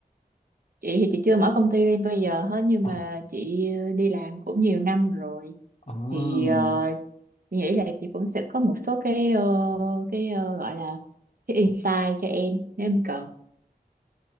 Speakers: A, on the right (about 65°); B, on the left (about 45°).
A: chị thì chị chưa mở công ty riêng bây giờ hết nhưng
B: Ờ.
A: mà chị ờ, đi làm cũng nhiều năm rồi
B: Ờ. không?
A: thì ờ, chị nghĩ là chị cũng sẽ có một số cái ờ, cái ờ, gọi là cái insight cho em nếu em cần